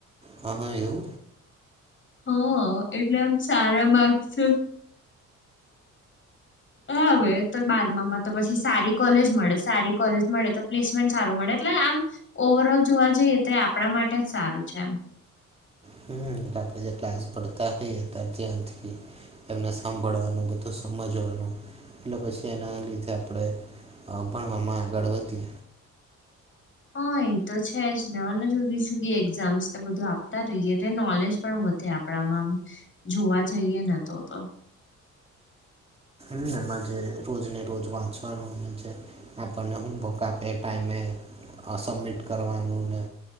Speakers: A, on the right (about 20°); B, on the left (about 40°).
A: હા હા એવુ.
B: હ એટલે આમ સારા માગ છુ. હ હવે તો બારમામાં તો પછી સારી કોલેજ મળે સારી કોલેજ મળે તો પ્લેસમેન્ટ સારું મળે એટલે આમ ઓવર ઓલ જોવા જઈએ તો આપણા માટે જ સારું છે એમ
A: હમ જે ક્લાસ કરડતા હૈ અતાર ધ્યાથી એમને સાંભળવાનું બધું સમજવાનું એટલે પછી એના લીધે આપણે. ભણવામાં આગણવધી.
B: હા એ તો છે જ ને અને જુદી જુદી એક્ઝામ્સ બધું આપતા રહીએ એટલે નોલેજ પણ વધે આપણામાંમ જોવા જઈએ ન તો તો
A: હમ એમાં જે રોજને રોજ વાંચવાનું જે. આપણને હોુમવર્ક આપે એ ટાઈમે સબમિટ કરવાનું ને